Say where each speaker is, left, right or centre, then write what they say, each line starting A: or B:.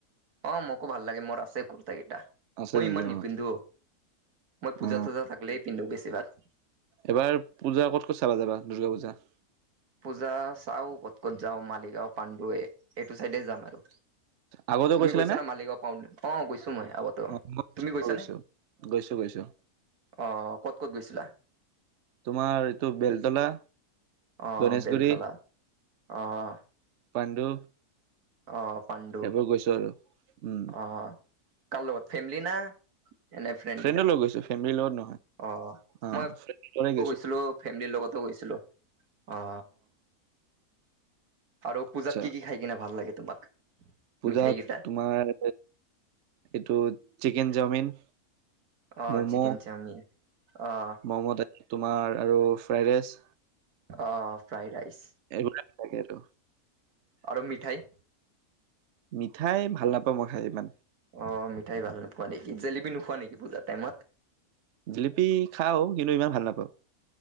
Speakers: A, on the right; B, on the right.
A: অ মোক ভাল লাগে মোৰ আছে কুৰ্তা কেইটা।
B: আছে
A: মই
B: নেকি
A: ইমান নিপিন্ধো
B: অ
A: মই পূজা
B: অ
A: চজা থাকিলেই পিন্ধো বেছিভাগ।
B: এবাৰ পূজা ক'ত ক'ত চাবা যাবা দুৰ্গা পূজা।
A: পূজা চাও ক'ত ক'ত যাওঁ মালিগাঁও পাণ্ডুে এইটো চাইডে যাম আৰু
B: আগতেও
A: তুমি
B: গৈছিলা
A: গৈছানা
B: নে?
A: মালিগাঁও পাওঁ অ গৈছো মই আগতো
B: অ মই
A: তুমি গৈছানে?
B: গৈছো। গৈছো গৈছো।
A: অ ক'ত ক'ত গৈছিলা।
B: তোমাৰ এইটো বেলতলা
A: অ'
B: গণেশগুৰি
A: বেলতলা। অ' অ'।
B: পাণ্ডু।
A: অ পাণ্ডু
B: এইবোৰ গৈছো আৰু উম
A: আহ কাৰ লগত ফেমিলি না। এনে
B: ফ্ৰেণ্ড
A: কেইটা?
B: লগ গৈছে ফেমিলিৰ লগত নহয়।
A: অ
B: অ
A: মই
B: ফ্ৰেণ্ডৰ লগত গৈছো।
A: গৈছিলো ফেমিলিৰ লগতো গৈছিলো অ। আৰু পূজাত
B: আচ্ছা
A: কি কি খাই কিনে ভাল লাগে তোমাক?
B: পূজাত
A: মিঠাই কেইটা?
B: তোমাৰ, এইটো চিকেন চাওমিন
A: অ'
B: ম'ম'
A: চিকেন চাওমিন। অ'-
B: ম'ম' তাতে তোমাৰ আৰু ফ্ৰাইড ৰাইচ
A: অ' ফ্ৰাইড ৰাইচ,
B: এইবিলাক থাকে আৰু
A: আৰু মিঠাই
B: মিঠাই ভাল নাপাওঁ মই খাই ইমান।
A: অ' মিঠাই ভাল নোপোৱা নেকি? জেলেপি নোখোৱা নেকি পূজাৰ টাইমত?
B: জিলেপি খাও, কিন্তু ইমান ভাল নাপাও।